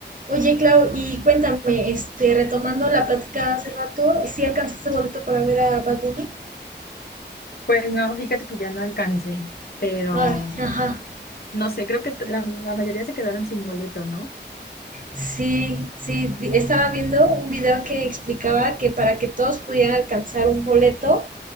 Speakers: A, on the right; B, on the left.
A: Oye, Clau, y cuéntame, este, retomando la plática de hace rato, ¿sí alcanzaste boleto para ver a Bad Bunny?
B: Pues no, fíjate que ya no alcancé, pero
A: Ay, ajá.
B: no sé, creo que la, la mayoría se quedaron sin boleto, ¿no?
A: Sí, sí, vi- estaba viendo un video que explicaba que para que todos pudieran alcanzar un boleto,